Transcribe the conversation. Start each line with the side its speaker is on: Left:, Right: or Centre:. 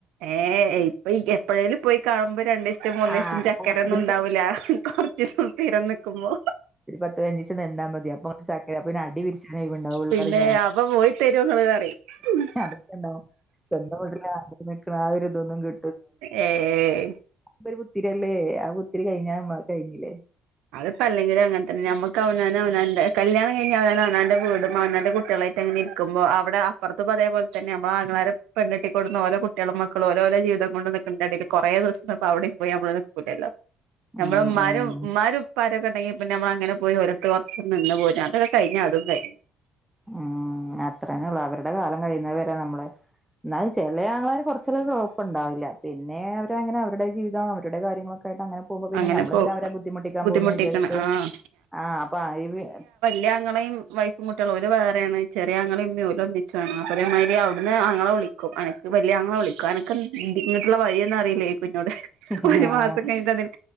Right: ഏഹ് ഇപ്പൊൻക് എപ്പഴേലും പോയി കാണുമ്പോ രണ്ടിസ് ത് മൂന്നീസ്ത്
Centre: ആഹ്
Right: ന്
Centre: അപ്പൊ
Right: ചക്കര ഒന്നും
Centre: അതിന്
Right: ഉണ്ടാവുല്ല കൊർച്ചീസം സ്ഥീരം നിക്കുമ്പോ.
Centre: ഒരു പത്ത് പയ്നഞ്ചിസംനിന്നാമതി അപ്പൊ <unintelligible> അപ്പൊ അടി പിരിച്ചാനെ ഒഴിവ്ണ്ടാവൊള്ളുറിം
Right: പിന്നെ
Centre: ഞാന്
Right: അപ്പൊ പോയി <unintelligible>
Centre: എഹ് അതൊക്കെ ണ്ടാവും <unintelligible> ആ ഒരു ഇതൊന്നും കി
Right: ഏയ്
Centre: പ ഒരു പുത്തിരില്ലേ ആ പുത്തിരി കഴിഞാമ്മ കഴിഞ്ഞില്ലേ
Right: അത്പ്പ അല്ലെങ്കിലും അങ്ങൻതന്നെ നമുക്ക് അവനാന് അവാന്റെ കല്യാണം കഴിഞ് അവന് അവനാന്റെ വീടും അവാന്റെ കുട്ടിളെ ന്നെട്ടെങ്ങനെ ഇര്ക്കുമ്പോ അവിടെ അപ്പർത് പൊ അതേപൽതന്നെ അമ്മങ്ങളാരെ പെണ്ണേട്ടിക്കൂടുന്ന ഓര കുട്ട്യളും മക്കളും ഓലോലായി ജീവിതം <unintelligible> കൊറേ ദിവസതെ പ്പ അവിടെ പോയി നമ്മള് നിക്കൂലല്ലോ
Centre: ഉം
Right: നമ്മളമ്മാരും
Centre: ഉം
Right: ഉമ്മാരും പാരൊക്കെ ഉണ്ടെങ്കിപിന്നെ നമ്മ അങ്ങനെ പോയി ഓരത്ത് കുറച്ച നിന്ന് പോരാ അതൊക്കെ കഴിഞ്ഞ അതും കഴിഞ്ഞ്
Centre: ഉം അത്രനേ ഉള്ളൂ അവരുടെ കാലം കഴിയുന്ന വരെ നമ്മള് എന്നാലും ചെല ആങ്ങളാര് കുറചാള് കുഴപ്പണ്ടാവില്ല. പിന്നെ അവരങ്ങനെ അവരുടെ ജീവിതം അവരുടെ കാര്യങ്ങളൊക്കെ ക്കായിട്ട് അങ്ങനെ പോകുമ്പോ പിന്നെ
Right: അങ്ങനെ
Centre: ഞമ്മളെന്തിന
Right: പോ
Centre: അവരെ ബുദ്ധിമുട്ടിക്കാൻ
Right: ബുദ്ധിമുട്ടിക്കണ്
Centre: പോകന്ന് വിചാരിച്ചട്ട്
Right: ആഹ്
Centre: ആ അപ്പൊ അയ്‌വി
Right: ന്റ അങ്ങളെയും വൈഫും കുട്ട്യോളും ഓര് വേറെയാണ്. ചെറിയ അങ്ങളും ഇമ്മയും ഓര് ഒന്നിച്ചാണ് അരേമാതിരി അവിടുന്ന് ആങ്ങള വിളിക്കും അനക്ക് വല്ല്യ ആങ്ങള വിളിക്കും അനക്കെ ഇ ഇങ്ങിട്ടുള്ള വഴിയൊന്നു അറിയില്ലേ പിന്നോട്
Centre: ആഹ്
Right: ഒരു മാസം കഴിഞ്ഞട്ടതിന്